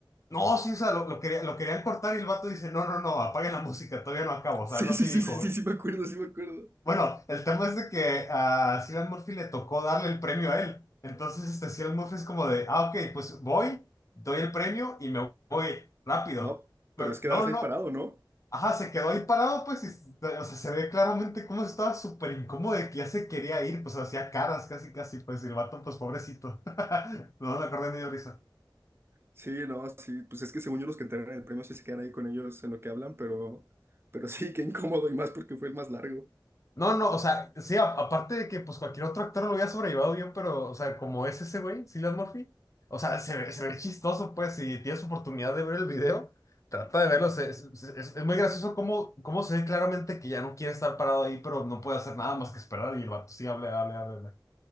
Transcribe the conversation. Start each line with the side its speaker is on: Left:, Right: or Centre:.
Left: No, sí, o sea, lo, lo quería- lo querían cortar y el vato dice, no, no, no, apaguen la música, todavía no acabo, o
Right: Sí,
Left: sea, algo así
Right: sí,
Left: dijo,
Right: sí, sí,
Left: güey.
Right: sí, sí me acuerdo, sí me acuerdo.
Left: Bueno, el tema es de que a Cillian Murphy le tocó darle el premio a él. Entonces, este, Cillian Murphy es como de, ah, ok, pues voy, doy el premio y me voy rápido.
Right: No,
Left: Pero,
Right: pero es quedarse
Left: no, no.
Right: ahí parado, ¿no?
Left: Ajá, se quedó ahí parado, pues, y, o sea, se ve claramente cómo estaba súper incómodo de que ya se quería ir, pues, hacía caras casi, casi, pues, y el vato, pues, pobrecito. <laughs> No me acordé ni de risa.
Right: Sí, no, sí, pues es que según yo los que entregan el premio sí se quedan ahí con ellos en lo que hablan, pero, pero sí, qué incómodo y más porque fue el más largo.
Left: No, no, o sea, sí, a- aparte de que, pues, cualquier otro actor lo hubiera sobrellevado bien, pero, o sea, como es ese güey, Cillian Murphy, o sea, se ve, se ve chistoso, pues, si tienes oportunidad de ver el video, trata de verlo, se- es, es- es- es muy gracioso cómo, cómo se ve claramente que ya no quiere estar parado ahí, pero no puede hacer nada más que esperar y el vato sí, hable, hable, hable.